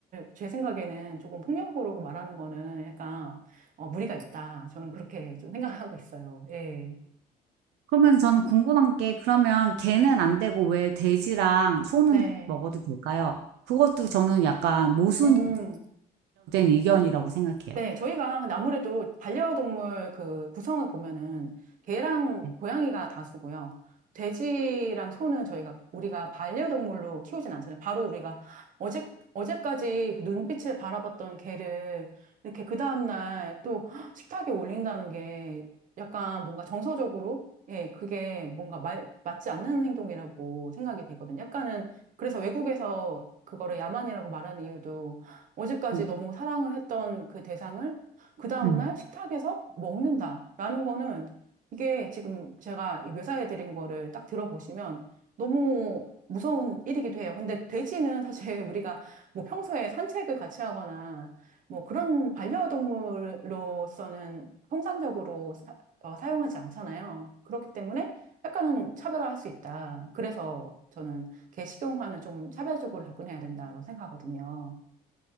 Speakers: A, on the right; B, on the right.
A: 제 생각에는 조금 폭력으로 말하는 거는 약간 어, 무리가 있다. 저는 그렇게 좀 생각하고 있어요. 예.
B: 그러면 저는 궁금한 게 그러면 개는 안 되고 왜 돼지랑 소는
A: 네.
B: 먹어도 될까요? 그것도 저는 약간 모순된
A: 음.
B: 의견이라고 생각해요.
A: 네, 저희가 근데 아무래도 반려동물 그 구성을 보면은 개랑
B: 네.
A: 고양이가 다수고요. 돼지랑 소는 저희가 우리가 반려동물로 키우진 않잖아요. 바로 우리가 어제 어제까지 그 눈빛을 바라봤던 개를 이렇게 그 다음날 또 식탁에 올린다는 게 약간 뭔가 정서적으로 예, 그게 뭔가 말, 맞지 않는 행동이라고 생각이 되거든요. 약간은 그래서 외국에서 그거를 야만이라고 말하는 이유도 어제까지
B: 음.
A: 너무 사랑을 했던 그 대상을 그 다음날
B: 음.
A: 식탁에서 먹는다라는 거는 이게 지금 제가 이 묘사해 드린 거를 딱 들어보시면 너무 무서운 일이기도 해요. 근데 돼지는 사실 <laughs> 우리가 뭐 평소에 산책을 같이 하거나 뭐 그런 반려동물로서는 통상적으로 사, 어, 사용하지 않잖아요. 그렇기 때문에 약간은 차별화할 수 있다. 그래서 저는 개 식용화는 좀 차별적으로 접근해야 된다라고 생각하거든요.